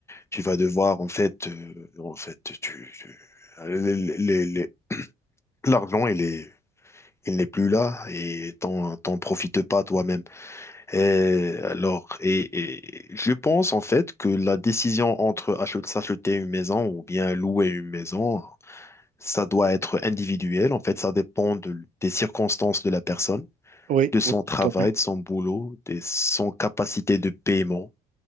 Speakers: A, on the left; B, on the right.
A: tu vas devoir, en fait, euh, en fait, tu, tu- les- les- les- l'argent, il est, il n'est plus là et t'en, t'en profites pas toi-même. Et alors, et, et je pense, en fait, que la décision entre ach- s'acheter une maison ou bien louer une maison, ça doit être individuel. En fait, ça dépend de- des circonstances de la personne,
B: oui,
A: de son
B: oui,
A: travail,
B: tant mieux.
A: de son boulot, de son capacité de paiement